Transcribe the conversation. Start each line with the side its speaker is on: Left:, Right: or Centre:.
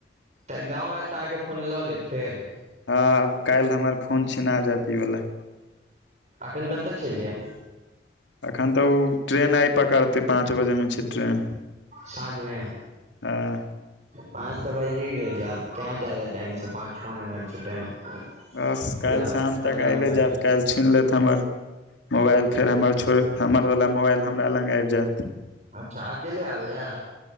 Right: तऽ गाँव आयत तऽ अहाँके फोन लऽ लेत फेर
Left: हँ आब काल्हि हमर फोन छिना जायत ई वाला
Right: एखन कतऽ छियै जे
Left: एखन तऽ ओ ट्रेन आइ पकड़तै पाँच बजेमे छै ट्रेन
Right: साँझमे
Left: हँ
Right: पाँच तऽ बाजिये गेलै आब कहां जादा टाइम छै पाँच छौ मिनट छै टाइम
Left: बस काल्हि
Right: जा
Left: शाम
Right: पन्द्रह
Left: तक आयबे
Right: मिनट
Left: जाइत काल्हि छीन लेत हमर मोबाइल फेर हमर छोड़ हमरवला मोबाइल हमरा लग आबि जायत
Right: अच्छा अकेले आबैया